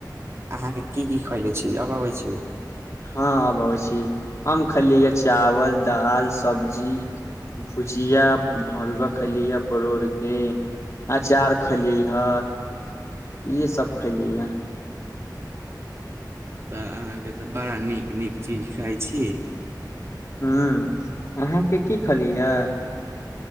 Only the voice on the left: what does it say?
हँ अब अबै छी हम खेलियै य चावल दाल सब्जी भुजिया भरुआ खैलिय परोरके अँचार खलियै ह इहे सब खेलियै य
हूंम्म अहाँके की खलीयै ह